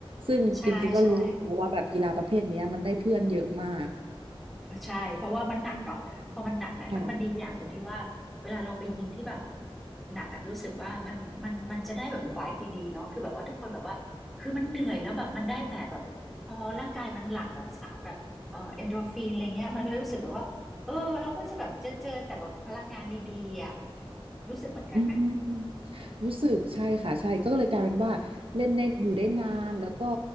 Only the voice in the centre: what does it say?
ใช่ใช่
ใช่ เพราะว่ามันหนักเนาะพอมันหนักเนี่ยมันมันดีอย่างตรงที่ว่าเวลาเราไปยิงที่แบบ
หนักอะรู้สึกว่ามันมันมันจะได้แบบไวบ์ดีๆเนาะคือแบบว่าทุกคนแบบว่าคือมันเหนื่อยแล้วแบบมันได้แต่แบบพอร่างกายมันหลั่งแบบสารแบบเอ่อเอนโดรฟินอะไรเงี้ยมันก็เลยรู้สึกแบบว่าเออเราก็จะแบบเจอเจอแต่แบบพลังงานดีๆอะรู้สึกเหมือนกันไหม